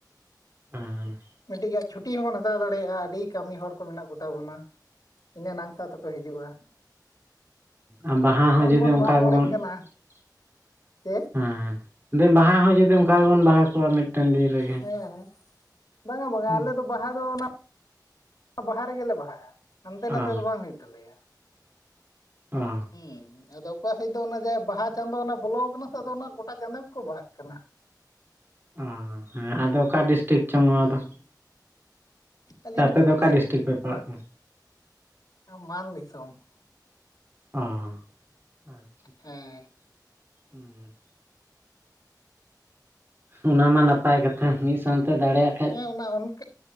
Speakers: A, on the right; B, on the left.
A: ᱦᱮᱸᱻ
B: ᱢᱤᱫᱴᱤᱡ ᱜᱟ ᱪᱷᱩᱴᱤ ᱦᱚᱸᱵᱚᱱ ᱦᱟᱛᱟᱣ ᱫᱟᱲᱮᱭᱟᱜᱼᱟ, ᱟᱹᱰᱤ ᱠᱟᱹᱢᱤ ᱦᱚᱲ ᱠᱚ ᱢᱮᱱᱟᱜ ᱠᱚ ᱛᱟᱵᱚᱱᱟ ᱾ ᱤᱱᱟᱹ ᱱᱟᱝᱥᱟ ᱛᱮᱠᱚ ᱦᱤᱡᱩᱜᱼᱟ ᱾
A: ᱟᱸ ᱵᱟᱦᱟ ᱦᱚᱸ ᱡᱩᱫᱤ
B: ᱵᱚᱱ
A: ᱚᱸᱠᱟ
B: ᱢᱟᱜ ᱢᱚᱬᱮᱜ
A: ᱜᱮᱵᱚᱱ
B: ᱠᱟᱱᱟ
A: <inaudible>
B: ᱡᱮ
A: ᱦᱮᱸ᱾ ᱫᱤ ᱵᱟᱦᱟ ᱦᱚᱸ ᱡᱩᱫᱤ ᱚᱝᱠᱟ ᱜᱮᱵᱚᱱ ᱵᱟᱦᱟ ᱠᱚᱜᱼᱟ ᱢᱤᱫᱴᱮᱱ ᱫᱤᱱ ᱨᱮᱜᱮ,
B: ᱦᱮᱸ ᱵᱟᱝᱟ ᱵᱟᱝᱟ
A: ᱩᱸ
B: ᱟᱞᱮ ᱫᱚ ᱵᱟᱦᱟ ᱫᱚ ᱚᱱᱟ ᱵᱟᱦᱟ ᱨᱮᱜᱮ ᱞᱮ ᱵᱟᱦᱟᱜᱼᱟ ᱾ ᱦᱟᱱᱛᱮ ᱱᱟᱛᱮ
A: ᱚ
B: ᱫᱚ ᱵᱟᱝ ᱦᱩᱭᱩᱜ ᱛᱟᱞᱮᱭᱟ
A: ᱚ
B: ᱦᱩᱸᱻ ᱟᱫᱚ ᱚᱠᱟ ᱥᱮᱡ ᱫᱚ ᱚᱱᱟ ᱡᱟᱭ ᱵᱟᱦᱟ ᱪᱟᱸᱫᱚ ᱚᱱᱟ ᱵᱚᱞᱚ ᱟᱠᱟᱱᱟ ᱥᱮ ᱟᱫᱚ ᱚᱱᱟ ᱜᱚᱴᱟ ᱪᱟᱸᱫᱚ ᱜᱮᱠᱚ ᱵᱟᱦᱟᱜ ᱠᱟᱱᱟ ᱾
A: ᱚᱦᱚ ᱦᱮᱸ ᱟᱫᱚ ᱚᱠᱟ ᱰᱤᱥᱴᱤᱠ ᱪᱚᱝ ᱱᱚᱣᱟ
B: ᱦᱩᱸ
A: ᱫᱚ?
B: ᱟᱹᱞᱤᱧ
A: ᱟᱪᱪᱷᱟ, ᱟᱯᱮ
B: ᱯᱩᱨᱩᱞᱤᱭᱟᱹ
A: ᱫᱚ ᱚᱠᱟ ᱰᱤᱥᱴᱤᱠ ᱯᱮ ᱯᱟᱲᱟᱜ ᱠᱟᱱᱟ?
B: ᱟᱸ ᱢᱟᱱ ᱫᱤᱥᱚᱢ ᱾
A: ᱚᱻ ᱟᱪ,
B: <unintelligible> ᱦᱮᱸ,
A: ᱦᱩᱸ ᱚᱱᱟ ᱢᱟ ᱱᱟᱯᱟᱭ ᱠᱟᱛᱷᱟ ᱢᱤᱫ ᱥᱟᱱᱛᱮ ᱫᱟᱲᱮᱭᱟᱫ
B: ᱦᱮᱸ ᱚᱱᱟ ᱚᱱᱠᱟᱹᱫ